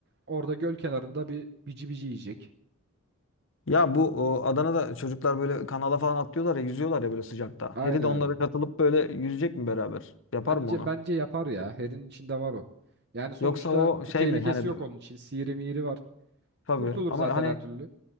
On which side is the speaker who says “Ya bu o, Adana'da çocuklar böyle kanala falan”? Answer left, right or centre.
Left